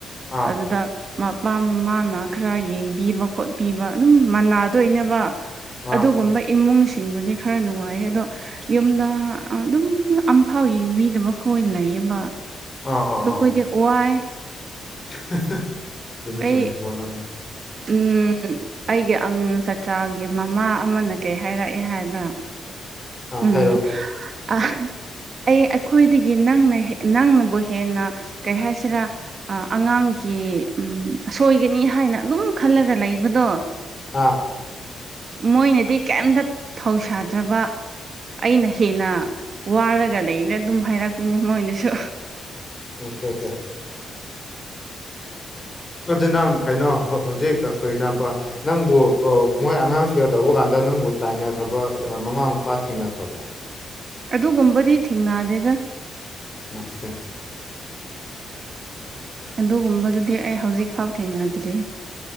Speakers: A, on the left (about 20°); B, on the right (about 35°).
A: ꯑꯥ
B: ꯑꯗꯨꯗ ꯃꯄꯥ ꯃꯃꯥꯅ ꯈ꯭ꯔ ꯌꯦꯡꯕꯤꯕ ꯈꯣꯠꯄꯤꯕ ꯑꯗꯨꯝ ꯃꯥꯟꯅꯗꯣꯏꯅꯦꯕ
A: ꯑꯥ
B: ꯑꯗꯨꯒꯨꯝꯕ ꯏꯃꯨꯡꯁꯤꯡꯕꯨꯗꯤ ꯈ꯭ꯔ ꯅꯨꯡꯉꯥꯏꯌꯦ ꯑꯗꯣ ꯌꯨꯝꯗ ꯑꯗꯨꯝ ꯑꯝꯐꯥꯎ ꯌꯦꯡꯕꯤꯗ ꯃꯈꯣꯏ ꯂꯩꯌꯦꯕ
A: ꯑꯥ ꯑꯥ
B: ꯑꯗꯨꯈꯣꯏꯗꯤ
A: ꯑꯥ
B: ꯋꯥꯏ
A: <unintelligible> ꯆꯨꯝꯃꯦ
B: ꯑꯩ
A: ꯆꯨꯝꯃꯦ ꯋꯥꯔꯝꯅꯤ
B: ꯎꯝ ꯑꯩꯒꯤ ꯑꯉꯥꯡ ꯁꯥꯇ꯭ꯔꯥꯒꯤ ꯃꯃꯥ ꯑꯃꯅ ꯀꯩ ꯍꯥꯏꯔꯛꯑꯦ ꯍꯥꯏꯕ
A: ꯑꯥ
B: ꯎꯝ
A: ꯍꯥꯏꯔꯣ
B: ꯑ ꯑꯩ ꯑꯩꯈꯣꯏꯗꯒꯤ ꯅꯪꯅ ꯍꯦꯟ ꯅꯪꯅꯕꯨ ꯍꯦꯟꯅ ꯀꯩ ꯍꯥꯏꯁꯤꯔꯥ ꯑꯉꯥꯡꯒꯤ ꯑꯁꯣꯏꯒꯅꯤ ꯍꯥꯏꯅ ꯑꯗꯨꯝ ꯈꯜꯂꯒ ꯂꯩꯕꯗꯣ
A: ꯑꯥ
B: ꯃꯣꯏꯅꯗꯤ ꯀꯔꯤꯝꯇ ꯊꯧꯁꯥꯗ꯭ꯔꯕ ꯑꯩꯅ ꯍꯦꯟꯅ ꯋꯥꯔꯒ ꯂꯩꯅ ꯑꯗꯨꯝ ꯍꯥꯏꯔꯛꯄꯅꯦ ꯃꯣꯏꯅꯥꯁꯨ
A: ꯑꯣꯀꯦ ꯑꯣꯀꯦ ꯑꯗꯨ ꯅꯪ ꯀꯩꯅꯣ ꯍꯧꯖꯤꯛ ꯐꯣꯔ ꯑꯦꯛꯖꯥꯝꯄꯜ ꯅꯪꯕꯨ ꯃꯣꯏ ꯑꯉꯥꯡ ꯐꯦꯜ ꯇꯧꯕ ꯀꯥꯟꯗ ꯅꯪꯕꯨ ꯇꯥꯏꯅꯈ꯭ꯔꯕ ꯃꯃꯥ ꯃꯄꯥ ꯊꯦꯡꯅꯈ꯭ꯔꯕꯣ
B: ꯑꯗꯨꯒꯨꯝꯕꯗꯤ ꯊꯦꯡꯅꯗꯦꯗ
A: ꯃꯁꯆꯥ ꯎꯝ
B: ꯑꯗꯨꯒꯨꯝꯕꯗꯨꯗꯤ ꯑꯩ ꯍꯧꯖꯤꯛ ꯐꯥꯎ ꯊꯦꯡꯅꯗ꯭ꯔꯤ